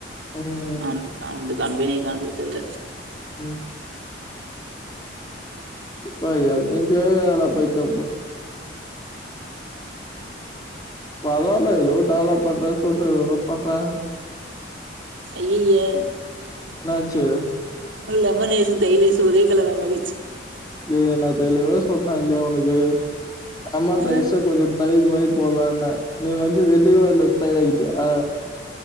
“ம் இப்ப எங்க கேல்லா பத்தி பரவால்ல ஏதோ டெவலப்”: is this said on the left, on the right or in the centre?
Left